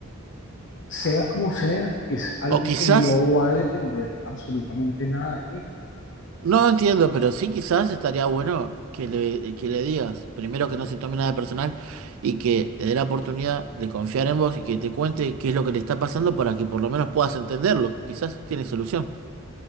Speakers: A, on the left; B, on the right.
A: sea como sea, es algo
B: O quizás...
A: que no va a depender absolutamente nada de mí.
B: No entiendo, pero sí quizás estaría bueno que le, que le digas, primero que no se tome nada personal y que te dé la oportunidad de confiar en vos y que te cuente qué es lo que le está pasando para que por lo menos puedas entenderlo. Quizás tiene solución.